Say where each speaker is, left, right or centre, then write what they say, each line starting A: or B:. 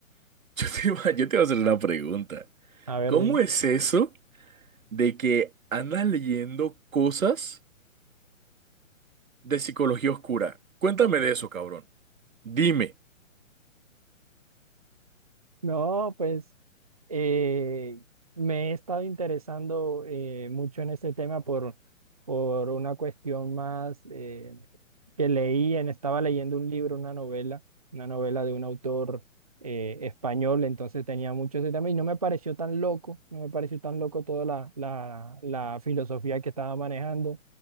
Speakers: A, on the right; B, on the right.
A: <laughs> yo te iba, yo te iba a hacer una pregunta.
B: A ver,
A: ¿Cómo
B: dime.
A: es eso? de que andas leyendo cosas de psicología oscura. Cuéntame de eso, cabrón. Dime.
B: No, pues eh, me he estado interesando eh, mucho en este tema por, por una cuestión más eh, que leí, en, estaba leyendo un libro, una novela, una novela de un autor eh, español, entonces tenía mucho ese tema y no me pareció tan loco, no me pareció tan loco toda la, la, la filosofía que estaba manejando